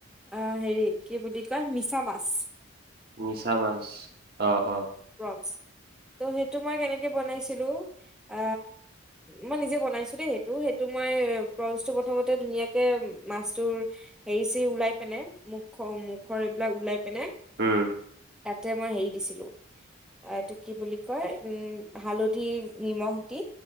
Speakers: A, in the centre; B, on the right (about 50°).
A: অ হেৰি কি বুলি কয় মিছা মাছ।
B: মিছা মাছ, অ অ
A: প্ৰম্পচ ত' সেইটো মই কেনেকে বনাইছিলো, অ মই নিজে বনাইছো দেই সেইটো, সেইটো মই প্ৰনচটো প্ৰথমতে ধুনীয়াকে মাছটোৰ হেৰি-চেৰি ওলাই পিনে, মুখ মুখৰ এইবিলাক ওলাই পিনে
B: ওম
A: তাতে মই হেৰি দিছিলোঁ, এইটো কি বুলি কয় উম হালধি, নিমখ দি